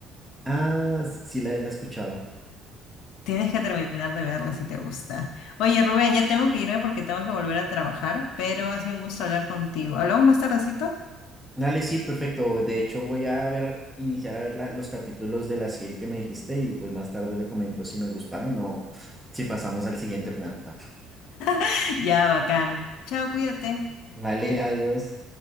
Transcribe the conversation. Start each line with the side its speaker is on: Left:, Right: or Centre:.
Centre: Ah, s- sí, la, la he escuchado.
Left: Tienes que terminar de verla si te gusta. Oye, Rubén, ya tengo que irme porque tengo que volver a trabajar, pero ha sido un gusto hablar contigo. ¿Hablamos más tardecito?
Centre: Dale, sí, perfecto. De hecho, voy a ver, iniciar a ver la- los capítulos de la serie que me dijiste y pues más tarde te comento si me gustaron o si pasamos al siguiente plan. <laughs>
Left: <laughs> Ya, bacán. Chao, cuídate.
Centre: Vale, adiós.